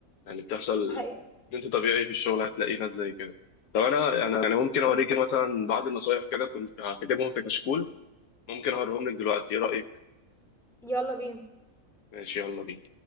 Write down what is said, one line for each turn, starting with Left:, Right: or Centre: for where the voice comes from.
Left: يعني بتحصل
Centre: حقيقي
Left: ان انت طبيعي في الشغل هتلاقي ناس زي كده طب انا يعني يعني ممكن اوريك مثلا بعض النصايح كده كنت كاتبهم في كشكول ممكن اوريهم لك دلوقتي ايه رأيك
Centre: يلا بينا
Left: ماشي يلا بينا